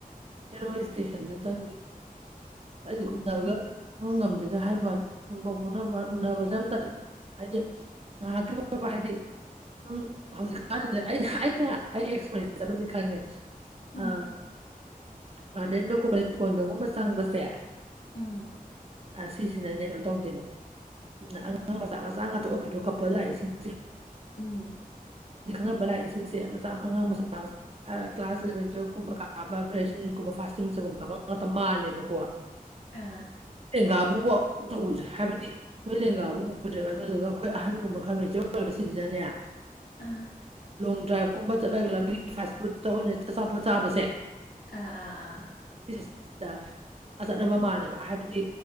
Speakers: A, on the right; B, on the left.
A: ꯍꯦꯔꯣ ꯏꯁꯇꯦꯁꯟꯗ ꯆꯪꯒꯤ ꯑꯩꯗꯤ ꯎꯅꯕꯒ
B: ꯎꯝ
A: ꯁꯨꯡꯉꯝ ꯉꯝꯗꯦꯗ ꯍꯥꯏꯕꯋꯥꯅꯤ ꯁꯨꯝꯕ ꯍꯣꯠꯅꯕ ꯎꯅꯕ ꯖꯦ ꯌꯥꯝ ꯇꯜꯂꯦ ꯍꯥꯏꯗꯤ ꯉꯍꯥꯛꯀꯤ <unintelligible> ꯍꯥꯏꯗꯤ ꯁꯨꯝ ꯍꯧꯖꯤꯛꯀꯥꯟꯖꯤꯗ ꯑꯩꯅ ꯑꯩꯅ ꯑꯩ ꯑꯦꯛꯁꯄꯤꯔꯦꯟꯁ ꯑꯃꯗꯤ ꯈꯪꯉꯦ
B: ꯎꯝ
A: ꯑ ꯒꯥꯔꯗꯦꯟꯗꯒꯨꯝꯕ ꯂꯩꯀꯣꯟꯗꯒꯨꯝꯕ ꯆꯪꯕꯁꯦ
B: ꯎꯝ
A: ꯑꯁꯤ ꯁꯤꯗꯅꯦ ꯀꯩꯅꯣ ꯇꯧꯗꯦꯕ ꯑꯗꯨꯅ ꯑꯉꯥꯡ ꯃꯆꯥ ꯃꯆꯥ ꯉꯥꯛꯇ ꯑꯣꯏꯕꯗꯣ ꯀꯞꯄꯜ ꯂꯥꯛꯏꯁꯤꯡꯁꯦ
B: ꯎꯝ
A: ꯈꯪꯅꯕ ꯂꯥꯛꯏꯁꯤꯡꯁꯦ ꯃꯆꯥ ꯑꯉꯥꯡ ꯃꯆꯥ
B: ꯎꯝ
A: ꯀ꯭ꯂꯥꯁ ꯏꯂꯚꯦꯟ ꯇꯨꯋꯦꯂꯦꯐ ꯀꯨꯝꯕ ꯀꯥꯕ ꯒ꯭ꯔꯦꯖꯨ <unintelligible> <unintelligible> ꯃꯥꯜꯂꯦꯕꯀꯣ
B: ꯑꯥ
A: ꯂꯦꯡꯒꯥꯕꯨꯕꯣ ꯑꯝꯇ ꯎꯗ꯭ꯔꯦ ꯍꯥꯏꯕꯗꯤ ꯅꯣꯏ ꯂꯦꯡꯒꯥꯕꯨ ꯎꯗ꯭ꯔꯦꯕ ꯑꯗꯨꯗꯨꯒ ꯑꯩꯈꯣꯏ ꯑꯍꯟꯒꯨꯝꯕ ꯈꯔ ꯃꯦꯆꯣꯔ ꯑꯣꯏꯕꯁꯤꯡꯁꯤꯅꯅꯦ
B: ꯑꯥ
A: ꯂꯣꯡ ꯗ꯭ꯔꯥꯏꯕ ꯀꯨꯝꯕ ꯆꯠꯂꯒ ꯂꯝꯕꯤꯒꯤ ꯐꯥꯁ ꯐꯨꯗꯠꯇ ꯑꯣꯏꯅ ꯑꯆꯥꯄꯣꯠ ꯆꯥꯕꯁꯦ
B: ꯑꯥ ꯑꯥ ꯑꯥ
A: <unintelligible> ꯑ ꯆꯠꯅꯕ ꯃꯥꯜꯂꯦꯕ ꯍꯥꯏꯕꯗꯤ